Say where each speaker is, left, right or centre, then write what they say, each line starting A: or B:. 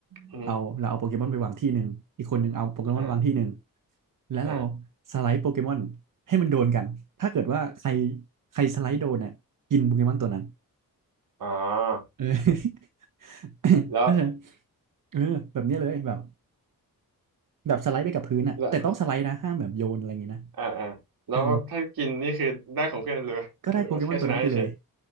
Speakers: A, on the right; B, on the right.
A: อืม
B: เราเราเอาโปเกมอนไปวางที่หนึ่งอีกคนหนึ่งเอาโปเกมอนวางที่หนึ่ง
A: อ่า
B: แล้วเรา
A: อ่า
B: สไลด์โปเกมอนให้มันโดนกันถ้าเกิดว่าใครใครสไลด์โดนเนี่ยกินโปเกมอนตัวนั้น
A: อ๋อ
B: เออ <laughs> <coughs>
A: แล้ว
B: เข้าใจไหมเออแบบเนี้ยเลยแบบแบบสไลด์ไปกับพื้นอ่ะแต่ต้องสไลด์นะห้ามแบบโยนอะไรอย่างงี้นะ
A: แล้วอ่าอ่าแล้วถ้ากินนี่คือได้ของเพื่อนเลยไหมหรือว่าแค่ชนะเฉย
B: เออก็ได้โปเกมอนตัวนั้นไปเลย